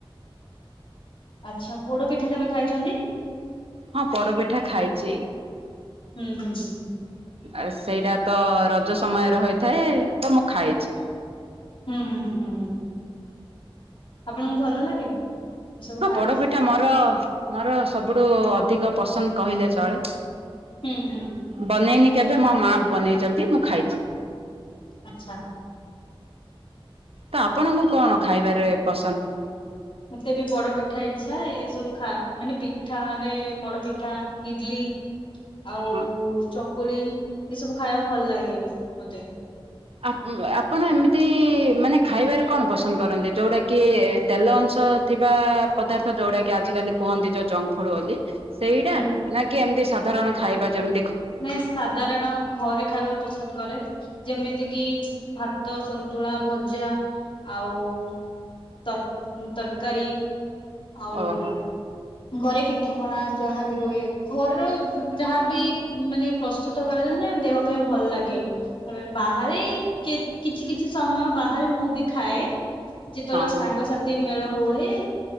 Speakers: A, on the left (about 60°); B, on the right (about 85°).
A: ଆଚ୍ଛା ପୋଡ ପିଠା କେବେ ଖାଇଛନ୍ତି?
B: ହଁ ପୋଡପିଠା ଖାଇଛି।
A: ହୁଁ ହୁଁ ହୁଁ।
B: ଆ ସେଇଟା ତ-ଅ-ଅ ରଜ ସମୟରେ ହୋଇଥାଏ ତ ମୁଁ ଖାଇଛି।
A: ହୁଁ ହୁଁ ହୁଁ ହୁଁ ହୁଁ। ଆପଣଙ୍କୁ ଭଲ ଲାଗେ? ଏ ସବୁ
B: ହଁ
A: ଖାଇବା?
B: ପୋଡପିଠା ମୋର ମୋର ସବୁଠୁ-ଉ-ଉ ଅଧିକ ପସନ୍ଦ କହିଲେ ଚଳେ।
A: ହୁଁ ହୁଁ।
B: ବନେଇନି କେବେ ମୋ ମା ବନେଇଛନ୍ତି ମୁଁ ଖାଇଛି।
A: ଆଚ୍ଛା।
B: ତ ଆପଣଙ୍କୁ କଣ ଖାଇବାରେ ପସନ୍ଦ?
A: ମତେ ବି ପୋଡପିଠା ଇଚ୍ଛା ଏସବୁ ଖା ମାନେ ପିଠାରେ ପୋଡପିଠା, ଇଡଲି ଆଉ-ଉ-ଉ
B: ହଁ?
A: ଚକୁଳି ଏସବୁ ଖାଇବାକୁ ଭଲ ଲାଗେ ମତେ।
B: ଆପ ଆପଣ ଏମିତି-ଇ-ଇ-ଇ ମାନେ ଖାଇବାରେ କଣ ପସନ୍ଦ କରନ୍ତି, ଯେଉଟାକି-ଇ-ଇ ତେଲ ଅଂଶ ଥିବା-ଆ-ଆ ପଦାର୍ଥ ଯୋଉଡା କି ଆଜିିକାଲି କୁହନ୍ତି ଯୋଉ ଜଙ୍କ ଫୁଡ ବୋଲି। ସେଇଟା
A: ହୁଁ
B: ନା କି ଏମିତି ସାଧାରଣ ଖାଇବା ଯେମ୍
A: ନାଇଁ ସାଧାରଣ ଘରେ ଖାଇବା ପସନ୍ଦ କରେ ଯେମିତି କିି ଭାତ, ସନ୍ତୁଳା, ଭଜା ଆଉ-ଉ-ଉ ତର୍ ତରକାରୀ ଆଉ-ଉ
B: ଓହୋ ହଁ
A: ଘରେ ପିଠାପଣା ଯାହାବି ହୁଏ। ଘରର ଯାହାବି ମାନେ ପ୍ରସ୍ତୁତ କରାଯାଏ ନା ଦେହ ପାଇଁ ଭଲ ଲାଗେ। ରେ ବାହାରେ କେ କିଛି କିଛି ସମୟ ବାହାରେ ମୁଁ ବି ଖାଏ। ଯେତେବେଳେ ସାଙ୍ଗସାଥ୍
B: ହଁ
A: ଇ ମେଳ ହୁଏ